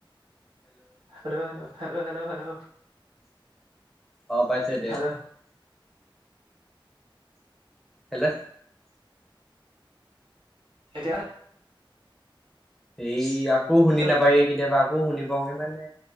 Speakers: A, on the right (about 75°); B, in the centre.
A: Hello -hello. Hello, -hello, hello,
B: অহ, পাইছো এতিয়া।
A: হেল্ল'
B: হেল্ল',
A: এতিয়া?
B: এই আকৌ শুনি
A: হেল্ল'
B: নাপায়গে কেতিয়াবা আকৌ শুনি পাওগে মানে